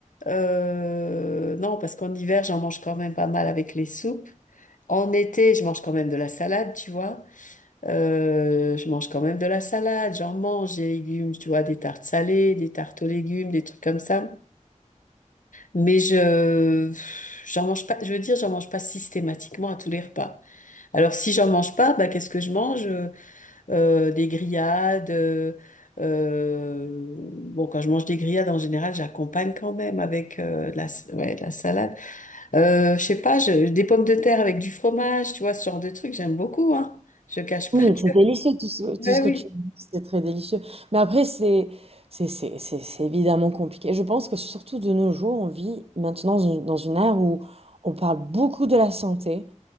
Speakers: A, on the left; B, on the right.
A: euh, non, parce qu'en hiver, j'en mange quand même pas mal avec les soupes. En été, je mange quand même de la salade, tu vois. Euh, je mange quand même de la salade, j'en mange des légumes, tu vois, des tartes salées, des tartes aux légumes, des trucs comme ça. Mais je, j'en mange pas, je veux dire, j'en mange pas systématiquement à tous les repas. Alors, si j'en mange pas, bah, qu'est-ce que je mange? Euh, des grillades, euh, euh, bon, quand je mange des grillades, en général, j'accompagne quand même avec euh, de la, s- ouais, de la salade. Euh, je sais pas, je- des pommes de terre avec du fromage, tu vois, ce genre de trucs, j'aime beaucoup, hein. Je cache
B: Oui,
A: pas que,
B: c'est délicieux, tout ce,
A: <laughs> ouais,
B: tout ce
A: oui.
B: que tu dis, c'est très délicieux. Mais après, c'est, c'est, c'est, c'est, c'est évidemment compliqué. Je pense que surtout de nos jours, on vit maintenant dans une dans une ère où on parle beaucoup de la santé.